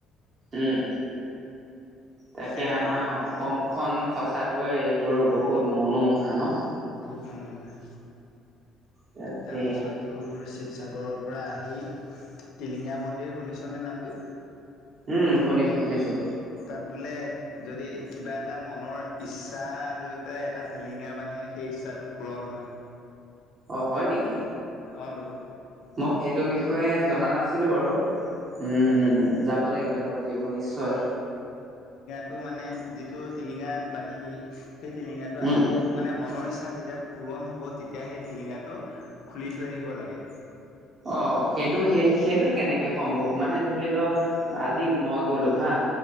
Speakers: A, on the right; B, on the left.
A: উম, তাকে
B: তেনেকে
A: আমাৰ
B: বনাই থোৱা
A: অসমখন
B: আছে
A: সঁচাকৈ তোৰ বহুত মনোমোহা ন'।
B: বহুত মানুহ হয়,
A: তাকে
B: তাৰপিছত তোৰ শিৱসাগৰৰ পৰা আহি টিলিঙা মন্দিৰ শুনিছনে নামটো
A: উম, শুনিছো- শুনিছো।
B: তাত বোলে যদি কিবা এটা মনৰ ইচ্ছা লৈ পেলাই এটা টিলিঙা মানে সেই ইচ্ছাটো পূৰণ হয়।
A: অ' হয় নেকি।
B: অটো।
A: মই সেইটো বিষয়ে জনা নাছিলো বাৰু। উম, উ
B: অ
A: যাব লাগিব, যাব লাগিব নিশ্চয়।
B: টো মানে যিটো টিলিঙা বান্ধিবি, সেই টিলিঙাটো
A: উম
B: আকৌ মানে মনৰ যেতিয়া পূৰণ হ'ব, তেতিয়া সেই টিলিঙাটো খুলি থৈ আহিব লাগে।
A: অ' সেইটো সেই সেইটো কেনেকে সম্ভৱ মানে ধৰি লও আজি মই গলো হা